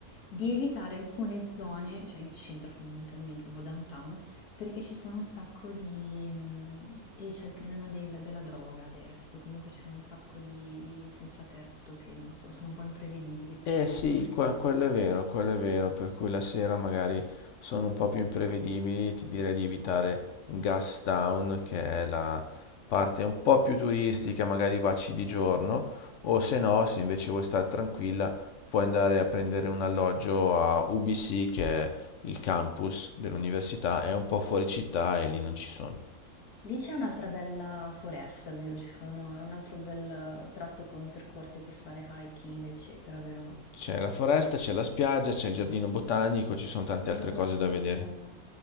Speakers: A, on the left; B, on the left.
A: di evitare alcune zone, cioè il centro fondamentalmente, proprio downtown, perché ci sono un sacco di... mm, e c'è il problema del- della droga adesso, comunque ci sono un sacco di senza tetto che non so, sono un po' imprevedibili perché,
B: Eh sì,
A: perché
B: que-
A: sono...
B: quello è vero, quello è vero, per cui la sera magari sono un po' più imprevedibili, ti direi di evitare Gastown, che è la parte un po' più turistica, magari vacci di giorno, o se no, se invece vuoi stare tranquilla, puoi andare a prendere un alloggio a UBC, che è il campus dell'università, è un po' fuori città e lì non ci sono.
A: Lì c'è un'altra bella foresta, vero? Ci sono, è un altro bel eh, tratto con percorsi per fare hiking, eccetera, vero?
B: C'è la foresta, c'è la spiaggia, c'è il giardino botanico, ci sono tante altre
A: Ah, bello,
B: cose da vedere.
A: bello.